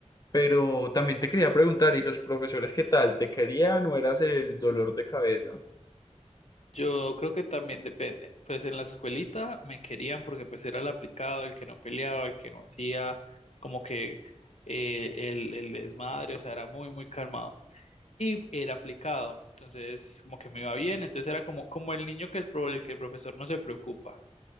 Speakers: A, on the left; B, on the left.
A: Pero también te quería preguntar, ¿y los profesores qué tal? ¿Te querían o eras el dolor de cabeza?
B: Yo creo que también depende. Pues en la escuelita me querían porque pues era el aplicado, el que no peleaba, el que no hacía como que eh, el, el desmadre, o sea, era muy, muy calmado. Y era aplicado, entonces como que me iba bien, entonces era como, como el niño que el, pro- el que el profesor no se preocupa.